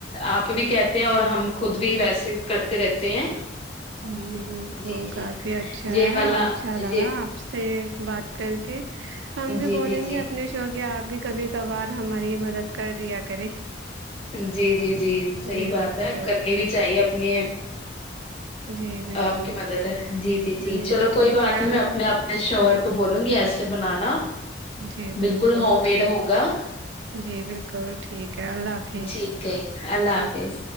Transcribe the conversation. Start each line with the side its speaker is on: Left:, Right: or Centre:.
Left: آپ بھی کہ اور ہم خود بھی ویسے کرتے رہتے ہیں
Right: جی بالکل
Left: جی جی
Right: کافی اچھا
Left: یہ والا
Right: ہے اور اچھا
Left: یہ
Right: لگا آپ سے <unintelligible> بات کر کے ہم بھی
Left: جی
Right: بولیں
Left: جی جی
Right: گے اپنے شور کے آپ بھی کبھی کبھار <unintelligible> مدد کر دیا کرے
Left: جی جی جی صحی
Right: جی
Left: بات
Right: بالکل
Left: ہے کرنی بھی چاہیے اپنی
Right: جی بالکل
Left: آپ کی مدد ہے جی جی جی
Right: بالکل
Left: چلو
Right: ٹھیک
Left: کوئی بات
Right: ہے
Left: نہیں
Right: اللہ
Left: میں اپنے اپنے شوہر تو بولوں گی ایسے بنانا
Right: جی
Left: بالکل ہوم میڈ
Right: ٹھیک
Left: ہوگا
Right: جی بالکل ٹھیک ہے اللہ حافظ
Left: ٹھیک ہے اللہ حافظ